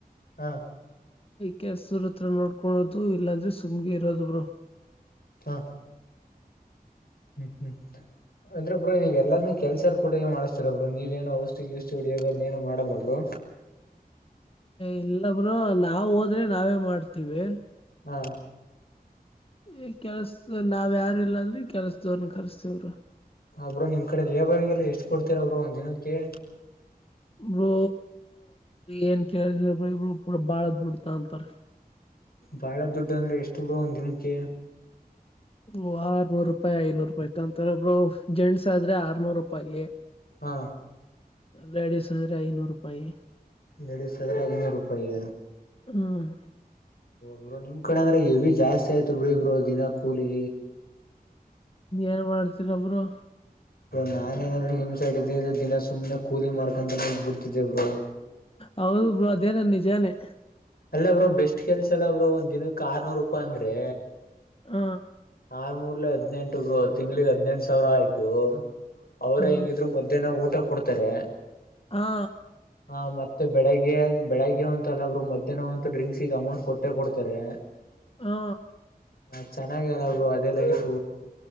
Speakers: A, on the left; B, on the left.
A: ಹಾ
B: ಕೆಲ್ಸದ್ರ ಹತ್ರ ನೋಡ್ಕೊದು ಇಲ್ಲಾಂದ್ರೆ ಸುಮ್ಗೆ ಇರೋದು ಬ್ರೋ
A: ಹಾ ಹ್ಮ್ ಹ್ಮ್ ಅಂದ್ರೆ ಬ್ರೋ ನೀವ ಎಲ್ಲಾರನುೂ ಕೆಲ್ಸಾರ್ ಕೂಡೆ ಮಾಡಿಸ್ತೀರ ಬ್ರು ನೀವೇನು ಔಷಧಿ ಗೆಸದೀಯಿ ಹೋಡೆದುನು ಮಾಡಲ್ಲಲ್ಬಬ್ರು
B: ಇಲ್ಲ ಬ್ರೋರು ನಾವ್ ಹೋದ್ರೆ ನಾವೇ ಮಾಡ್ತೀವಿ
A: ಹಾ
B: ಈ ಕೆಲ್ಸ ನಾವ್ ಯಾರ ಇಲ್ಲಾ ಅಂದ್ರೀ ಕೆಲ್ಸದೋರ್ನ ಕರ್ಸ್ತೇವ ಬ್ರೋ
A: ಅಬ್ರೋ ನಿಮ್ ಕಡೆ ಲೇಬರ್ಗೆಲ್ಲ ಎಷ್ಟ್ ಕೊಡ್ತೀರ ಬ್ರೋ ಒಂದ ದಿನಕ್ಕೆ
B: ಬ್ರೋ ಏನ್ ಕೇಳ ಬ್ರ ಇಬ್ರರು ಪೂಡ ಬಾಳ್ ದುಡ್ತ ತಗೋತಾರೇ
A: ಬಾಳ ದುಡ್ಡು ಅಂದ್ರೆ ಎಷ್ಟು ಬ್ರೋ ಒಂದ ದಿನಕ್ಕೆ
B: ಓ ಆರ್ನೂರು ರೂಪಾಯಿ ಐನೂರು ರೂಪಾಯಿತ ಅಂತಾರೆ ಬ್ರೋ ಜೆಂನ್ಸ ಆದ್ರೆ ಆರ್ನೂರು ರೂಪಾಯೇ
A: ಹಾ
B: ಲೇಡಿಸ್ ಅಂದ್ರೆ ಐನೂರು ರೂಪಾಯಿ.
A: ಲೇಡಿಸಸ್ ಆದ್ರೆ ಐನೂರು ರೂಪಾಯಿ.
B: ಹ್ಮ್
A: ಬ್ರೋ ನಿಮ್ ಕಡೆ ಅಂದ್ರೆ ಹೆವಿ ಜಾಸ್ತಿ ಆಯ್ತು ಬಿಡಿ ಬ್ರೋ ದಿನ ಕೂಲಿ.
B: ಏನ್ ಮಾಡ್ತೀರ ಬ್ರೋ.
A: ನಾನ ಏನಾದ್ರು ನಿಮ್ ಸೈಡ್ ಇದಿದ್ರೆ ದಿನ ಸುಮ್ಮನೆ ಕೂಲಿ ಮಾಡ್ಕಂತಾನೇ ಇದ್ದುಬಿಡ್ತಿದ್ದೆ ಬ್ರೋ.
B: ಹೌದು ಬ್ರೋ ಅದೇನು ನಿಜಾನೇ.
A: ಅಲ್ಲ ಬ್ರೋ ಬೆಸ್ಟ್ ಕೆಲ್ಸಲ್ಲ ಬ್ರೋ ಒಂದ್ ದಿನಕ್ಕೆ ಆರ್ನೂರು ರೂಪಯಿ ಅಂದ್ರೆ.
B: ಹಾ
A: ಆರ್ ಮೂರ್ಲೆ ಹದ್ನೆಂಟು ತಿಂಗಳಿಗೆ ಹದ್ನೆಂಟು ಸಾವಿರ ಆಯ್ತು. ಅವ್ರೇ
B: ಹಾ
A: ಹೆಂಗಿದ್ರು ಮಧ್ಯಾಹ್ನ ಊಟ ಕೊಡ್ತಾರೆ.
B: ಹಾ
A: ಹ ಮತ್ತೆ ಬೆಳಿಗ್ಗೆ ಬೆಳಿಗ್ಗೆ ಅಂತಲ್ಲ ಬ್ರೋ ಮಧ್ಯಾಹ್ನವಂತು ಡ್ರಿಂಕ್ಸ್ ಈಗ ಅಮೌಂಟ್ ಕೊಟ್ಟೆ ಕೊಡ್ತಾರೆ.
B: ಹಾ
A: ಹ ಚೆನ್ನಾಗೆ ಇದೇಯಲ್ಲಾ ಬ್ರೋ ಅದೇ ಲೈಫ್